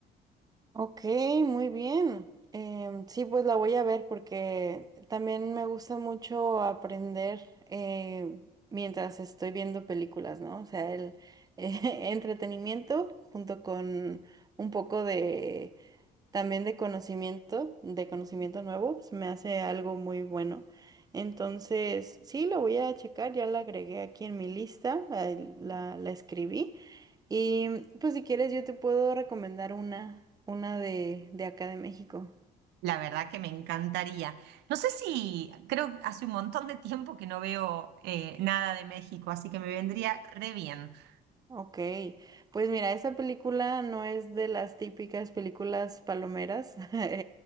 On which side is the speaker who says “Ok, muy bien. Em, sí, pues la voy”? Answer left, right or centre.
Right